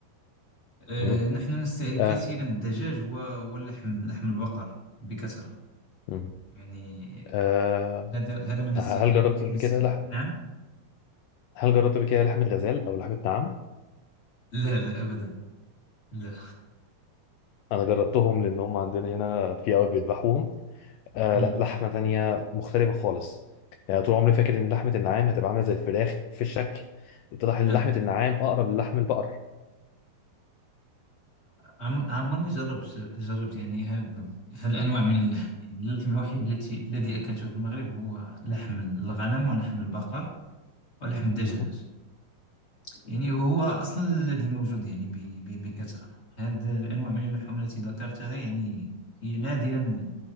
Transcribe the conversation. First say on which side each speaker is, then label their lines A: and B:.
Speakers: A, on the left; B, on the left.
A: آه،
B: مم.
A: نحن نستهلك
B: آه،
A: كثيرا الدجاج و- واللحم لحم البقر بكثرة
B: مم.
A: يعني
B: آه،
A: هذا هذا ما نستهلك
B: هل جربت قبل كده لحم
A: نعم
B: هل جربت قبل كده لحمه غزال او لحمه نعام
A: لا لا أبدا لا
B: انا جربتهم لان هم عندنا هنا في قوي بيذبحوهم آه
A: مم.
B: لا لحمه تانية مختلفه خالص يعني طول عمري فاكر ان لحمه النعام هتبقى عامله زي الفراخ في الشكل اتضح ان
A: آه.
B: لحمه النعام اقرب للحم البقر
A: عم- عمرني جربت جربت يعني هذا هالأنواع من اللحم يعني اللحم الوحيد التي الذي أكلته في المغرب هو لحم الغنم ولحم البقر ولحم الدجاج
B: مهم.
A: يعني وهو أصلا الذي موجود يعني ب- ب- بكثرة هذه الأنواع من اللحوم التي ذكرتها يعني هي نادرا